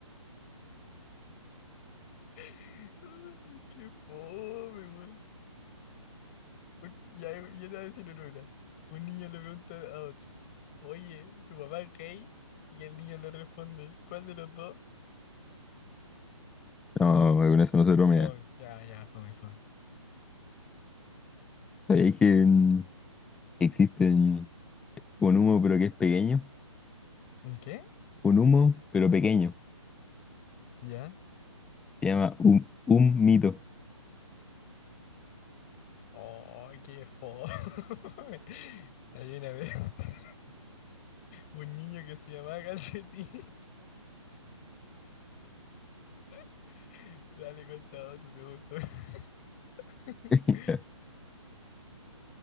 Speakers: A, on the left; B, in the centre.
A: Ay, qué fome, weón. Un- Ya, ya te voy a decir una. ahora. Un niño le pregunta a otro, oye, ¿tu papá es gay? Y el niño le responde, ¿cuál de los dos?
B: No, con eso no se bromea.
A: Fome. Ya, ya, fome, fome.
B: ¿Sabéis que mm, que existen. Un humo, pero que es pequeño.
A: ¿Un qué?
B: Un humo, pero pequeño.
A: ¿Ya?
B: Se llama un, un mito.
A: Oh, qué fome. <laughs> Hay una vez <laughs> un niño que se llamaba Calcetín. <laughs> Dale, cuenta otro, se me ocurre. <laughs>
B: <laughs>